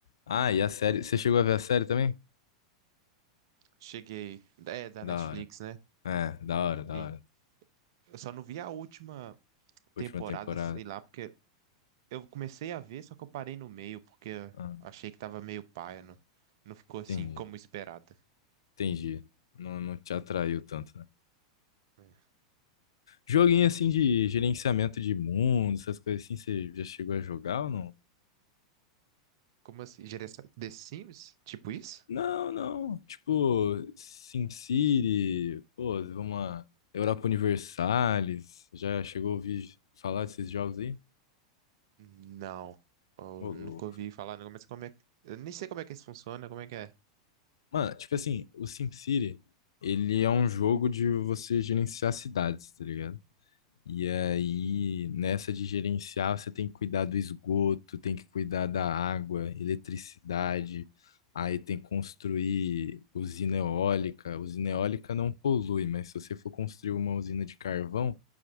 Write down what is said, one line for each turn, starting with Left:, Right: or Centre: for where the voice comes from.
Left: Ah, e a série. Você chegou a ver a série também?
Right: Cheguei. É da
Left: Da
Right: Netflix,
Left: hora.
Right: né?
Left: É, da hora, da
Right: Sim.
Left: hora.
Right: Eu só não vi a última temporada,
Left: Última temporada.
Right: sei lá, porque eu comecei a ver, só que eu parei no meio, porque eu
Left: Ah,
Right: achei que tava meio paia, não, não ficou assim
Left: entendi.
Right: como esperado.
Left: Entendi. Não, não te atraiu tanto,
Right: É.
Left: Joguinho assim de gerenciamento de mundo, essas coisas assim, você já chegou a jogar ou não?
Right: Como assim? Geração The Sims? Tipo isso?
Left: Não, não. Tipo, SimCity, pô, vamos lá. Europa Universalis, já chegou a ouvir falar desses jogos aí?
Right: Não. Eu
Left: Ô, louco.
Right: nunca ouvi falar, não, mas como é que. Eu nem sei como é que isso funciona, como é que é?
Left: Mano, tipo assim, o SimCity, ele é um jogo de você gerenciar cidades, tá ligado? E aí, nessa de gerenciar, você tem que cuidar do esgoto, tem que cuidar da água, eletricidade, aí tem que construir usina eólica. Usina eólica não polui, mas se você for construir uma usina de carvão,